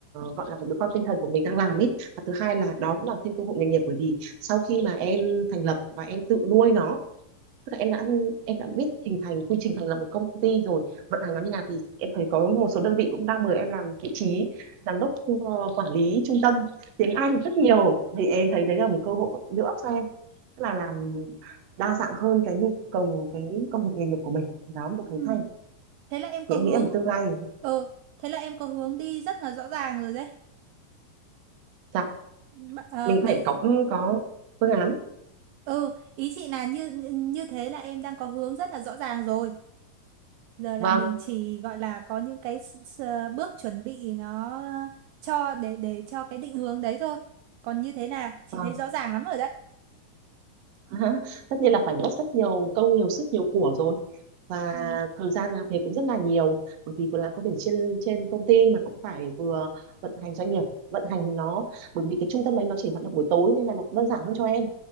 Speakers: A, on the right; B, on the right.
A: gọi là đứa con tinh thần của mình đang làm ấy và thứ hai là đó cũng là thêm cơ hội nghề nghiệp bởi vì sau khi mà em thành lập và em tự nuôi nó tức là em đã em đã biết hình thành quy trình thành lập một công ty rồi vận hành nó như nào thì em thấy có một số đơn vị cũng đang mời em làm vị trí giám đốc ờ, quản lý trung tâm tiếng Anh rất nhiều thì em thấy đấy là một cơ hội nữa cho em tức là làm đa dạng hơn cái nhu cầu cái công việc nghề nghiệp của mình đó một
B: Ừ.
A: cái hay
B: thế là em có
A: thì em
B: hướng
A: nghĩ là một tương lai
B: ừ thế là em có hướng đi rất là rõ ràng rồi đấy
A: dạ
B: Bạn- à,
A: mình
B: đấy
A: phải có có phương án
B: ừ ý chị là như như như thế là em đang có hướng rất là rõ ràng rồi giờ
A: vâng
B: là mình chỉ gọi là có những cái s- s- bước chuẩn bị nó cho để để cho cái định hướng đấy thôi còn như thế là chị
A: vâng
B: thấy rõ ràng lắm rồi đấy
A: <laughs> tất nhiên là phải mất rất nhiều công nhiều sức nhiều của rồi và
B: Ừ.
A: thời gian làm việc cũng rất là nhiều bởi vì vừa làm công việc trên trên công ty mà cũng phải vừa vận hành doanh nghiệp vận hành nó bởi vì cái trung tâm đấy nó chỉ hoạt động buổi tối nên là nó cũng đơn giản hơn cho em